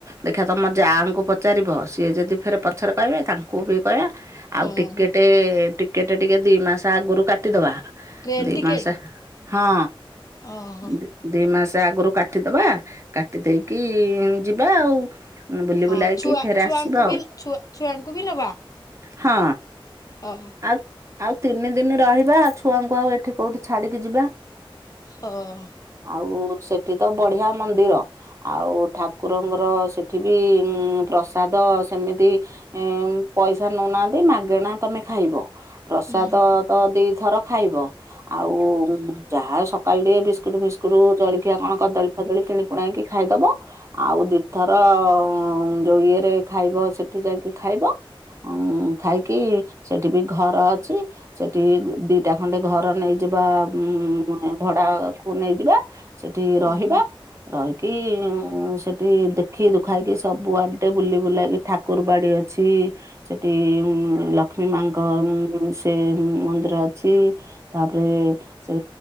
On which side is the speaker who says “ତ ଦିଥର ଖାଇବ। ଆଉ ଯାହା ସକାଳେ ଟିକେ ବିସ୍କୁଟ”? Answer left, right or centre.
Right